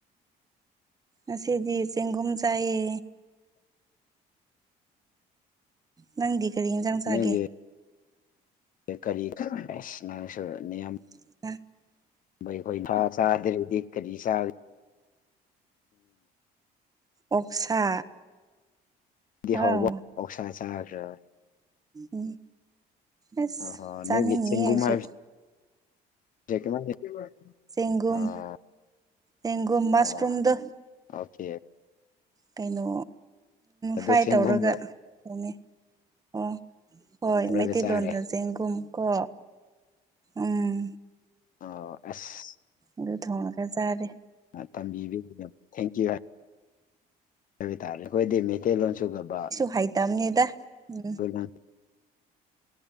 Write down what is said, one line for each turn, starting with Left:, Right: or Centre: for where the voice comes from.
Right: ꯉꯁꯤꯗꯤ ꯆꯦꯡꯒꯨꯝ ꯆꯥꯏꯌꯦ ꯅꯪꯗꯤ ꯀꯔꯤ ꯌꯦꯟꯁꯥꯡ ꯆꯥꯒꯦ
Left: ꯅꯣꯏꯒꯤ ꯀꯔꯤ ꯑꯁ ꯅꯪꯁꯨ ꯅꯤꯌꯝ
Right: <unintelligible>
Left: ꯑꯩꯈꯣꯏ ꯊꯥ ꯆꯥꯗ꯭ꯔꯗꯤ ꯀꯔꯤ ꯆꯥ
Right: ꯑꯣꯛꯁꯥ
Left: ꯗꯗꯤ ꯍꯥꯎꯕ
Right: ꯑꯥꯎ
Left: ꯄꯧꯁꯥ ꯆꯥꯈ꯭ꯔꯔꯣꯏ
Right: ꯎꯝ ꯑꯁ
Left: ꯑꯣꯍꯣ
Right: ꯆꯥꯅꯤꯡꯉꯦ
Left: ꯅꯣꯏꯒꯤ ꯆꯦꯡꯒꯨꯝ
Right: ꯑꯩꯁꯨ
Left: ꯍꯥꯏꯕꯁꯦ <unintelligible>
Right: ꯒꯨꯝꯒꯨꯝ
Left: ꯑꯣ
Right: ꯒꯨꯝꯒꯨꯝ ꯃꯁꯔꯨꯝꯗ
Left: ꯑꯣ ꯑꯣꯀꯦ
Right: ꯀꯩꯅꯣ
Left: ꯑꯗꯨ
Right: ꯐ꯭ꯔꯥꯏ
Left: ꯆꯦꯡꯒꯨꯝ
Right: ꯇꯧꯔꯒ ꯍꯣꯡꯉꯦ ꯑꯣ ꯍꯣꯏ
Left: ꯇꯧꯔꯒ
Right: ꯃꯩꯇꯩꯂꯣꯟꯗ
Left: ꯆꯥꯔꯦ
Right: ꯆꯦꯡꯒꯨꯝ ꯀꯣ ꯎꯝ
Left: ꯑꯣ ꯑꯁ
Right: ꯑꯗꯨ ꯊꯣꯡꯅꯒ ꯖꯔꯦ
Left: ꯇꯝꯕꯤꯗ ꯊꯦꯡꯀ꯭ꯌꯨ ꯍꯥꯏ ꯇꯥꯔꯦ ꯑꯩꯈꯣꯏꯗꯤ ꯃꯩꯇꯩꯂꯣꯟ ꯁꯨꯒꯕ
Right: ꯐꯥꯏ ꯇꯝꯅꯤꯗ ꯎꯝ
Left: <unintelligible>